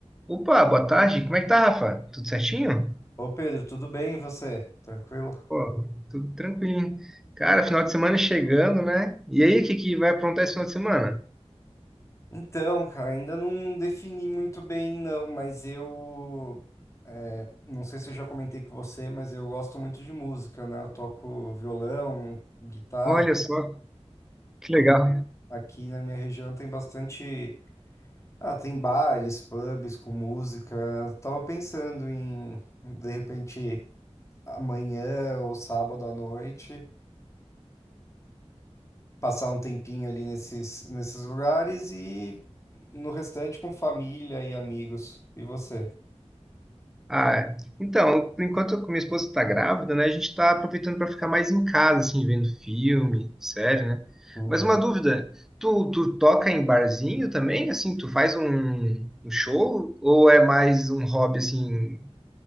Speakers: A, in the centre; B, on the left.
A: Opa, boa tarde. Como é que tá, Rafa? Tudo certinho?
B: Ô Pedro, tudo bem e você? Tranquilo?
A: Pô, tudo tranquilinho. Cara, final de semana chegando, né? E aí, o que que vai aprontar esse final de semana?
B: Então, cara, ainda não defini muito bem, não, mas eu. é, não sei se eu já comentei com você, mas eu gosto muito de música, né? Eu toco violão, guitarra.
A: Olha só, que legal.
B: Aqui na minha região tem bastante. Ah, tem bares, pubs com música. Eu Tava pensando em, de repente, amanhã ou sábado à noite. passar um tempinho ali nesses, nesses lugares e no restante com família e amigos. E você?
A: Ah, então, por enquanto minha esposa tá grávida, né? A gente tá aproveitando para ficar mais em casa, assim, vendo filme, série, né?
B: Uhum.
A: Mas uma dúvida, tu, tu toca em barzinho também? Assim, tu faz um, um show? Ou é mais um hobby, assim,